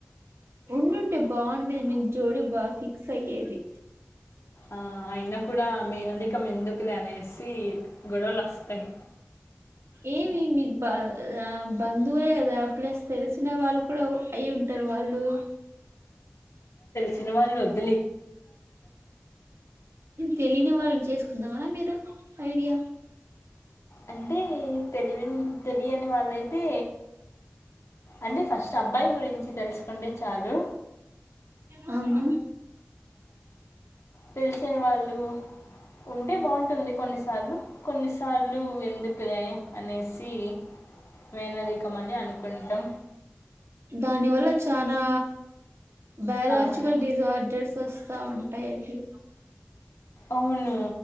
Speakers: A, on the right; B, on the left.
A: ఉండుంటే బాగుండే మీకు జోడి బాగా ఫిక్స్ అయ్యేది
B: ఆ అయిన కూడా మేననికం ఎందుకులే అనేసి గొడవలొస్తాయి.
A: ఏ ఎవం బ ఆ బంధువులే కదా ప్లస్ తెలిసిన వాళ్ళు కూడా అయి ఉంటారు వాళ్ళు ఉ
B: సినవాలు వద్
A: తెలియని వాళ్ళని చేస్కుందాంమ మీరు ఐడియ
B: అన్ టే తెలివిన్ తెలియని వాళ్ళయితే అండె ఫస్ట్ అబ్బాయి గురిన్ రించి తెలుసుకుంటే చాలు
A: అవునా
B: తెల్సిన వాళ్ళు ఉంటే బావుంటుంది కొన్నిసార్లు కొన్నిసార్లు ఎందుకు లే అనేసి మేనరికం అని అనుకుంటం.
A: దాని వల్ల చానా బయాలజికల్
B: ఆ,
A: డిజాడ్ డ్స్ వస్తా ఉంటయండి.
B: అవును.